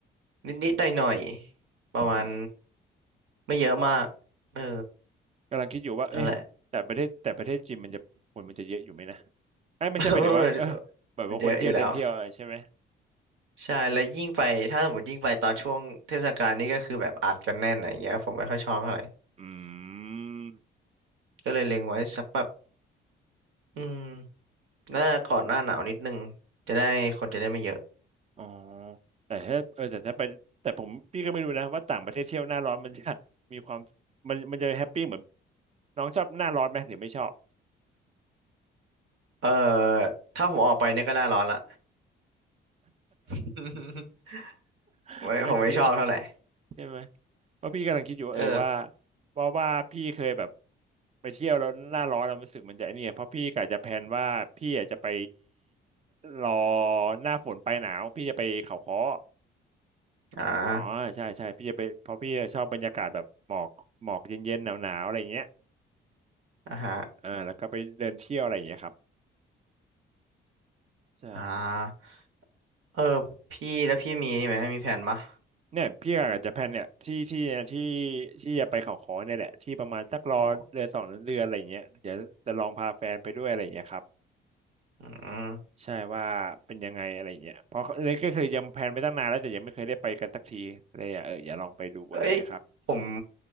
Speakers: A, on the right; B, on the right.
A: นิดๆหน่อยๆประมาณ
B: อืม
A: ไม่เยอะมากเออ
B: กำลังคิดอยู่ว่าเอ๊ะแต่ประเทศแต่ประเทศจีนมันจะคนมันจะเยอะอยู่ไหมนะ
A: นั่นแหละ
B: ไอ้ยไม่ใช่หมายถึงว่าเออ
A: <laughs>
B: แบบว่าคนเที่ยวเดินเที่ยวอะไรใช่ไหม
A: เยอะอยู่แล้วใช่แล้วยิ่งไปถ้าสมมติยิ่งไปตอนช่วงเทศกาลนี่ก็คือแบบอัดกันแน่นอะไรอย่างเงี้ยผมไม่ค่อยชอบเท่าไหร่
B: อืม
A: ก็เลยเล็งไว้สักแบบอืมหน้าก่อนหน้าหนาวนิดนึงจะได้คนจะได้ไม่เยอะ
B: อ๋อแต่ถ้าเออแต่ถ้าไปแต่ผมพี่ก็ไม่รู้นะว่าต่างประเทศเที่ยวหน้าร้อนมันจะมีความมันมันจะแฮปปี้เหมือนน้องชอบหน้าร้อนไหมหรือไม่ชอบ
A: เออถ้าผมออกไปเนี่ยก็หน้าร้อนละ <laughs>
B: <laughs>
A: ผมไม่ผมไม่ชอบเท่าไหร่
B: ก็จริง ใช่ไหมเพราะพี่กำลังคิดอยู่ว่าเออว่า
A: เออ
B: ว่าว่าพี่เคยแบบไปเที่ยวแล้วหน้าร้อนแล้วรู้สึกมันจะไอ้เนี่ยเพราะพี่กะจะแพลนว่าพี่อยากจะไปรอหน้าฝนปลายหนาวพี่จะไปเขาค้อ
A: อ่า
B: อ๋อใช่ใช่พี่จะไปเพราะพี่ชอบบรรยากาศแบบหมอกหมอกเย็นๆหนาวๆอะไรอย่างเงี้ย
A: อ่าฮะ
B: อ่าแล้วก็ไปเดินเที่ยวอะไรอย่างเงี้ยครับใช่
A: อ่าเออพี่แล้วพี่มีนี่ไหมมีแผนปะ
B: เนี่ยพี่กะจจะแพลนเนี่ยที่ที่ที่ที่จะไปเขาค้อเนี่ยแหละที่ประมาณสักรอเดือนสองเดือนอะไรอย่างเงี้ยเดี๋ยวจะลองพาแฟนไปด้วยอะไรอย่างเงี้ยครับ
A: อ๋ออืม
B: ใช่ว่าเป็นยังไงอะไรเงี้ยเพราะเลยก็คือยังแพลนไว้ตั้งนานแล้วแต่ยังไม่เคยได้ไปกันสักทีเลยอ่ะเอออย่าลองไปดูอะไรเงี้ยครับ
A: เอ้ยผม